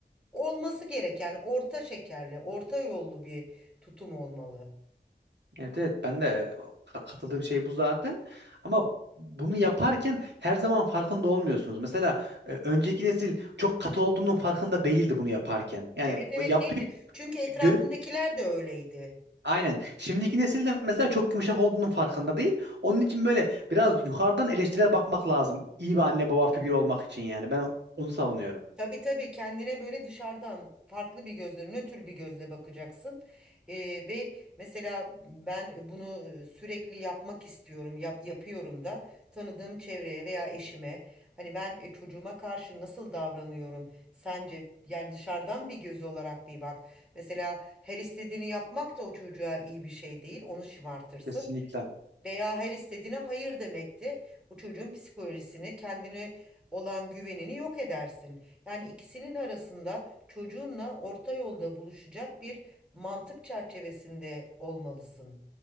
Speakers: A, in the centre; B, on the right (about 75°).
A: Olması gereken orta şekerli, orta yollu bir tutum olmalı.
B: Evet evet ben de ka- katıldığım şey bu zaten. Ama bunu yaparken her zaman farkında olmuyorsunuz. Mesela e, önceki nesil çok katı olduğunun farkında değildi bunu yaparken. Yani
A: Evet evet
B: o yapıyı
A: değildi. Çünkü etrafımdakiler
B: görüp
A: de öyleydi.
B: Aynen. Şimdiki nesil de mesela çok yumuşak olduğunun farkında değil. Onun için böyle biraz yukarıdan eleştirel bakmak lazım. İyi bir anne baba figürü olmak için yani. Ben onu savunuyorum.
A: Tabii tabii kendine böyle dışarıdan farklı bir gözle, nötr bir gözle bakacaksın. Ee, ve mesela ben bunu sürekli yapmak istiyorum, yap, yapıyorum da tanıdığım çevreye veya eşime. Hani ben e, çocuğuma karşı nasıl davranıyorum sence? Yani dışarıdan bir göz olarak bir bak. Mesela her istediğini yapmak da o çocuğa iyi bir şey değil, onu şımartırsın
B: Kesinlikle.
A: veya her istediğine hayır demekti. O çocuğun psikolojisini, kendine olan güvenini yok edersin. Yani ikisinin arasında çocuğunla orta yolda buluşacak bir mantık çerçevesinde olmalısın.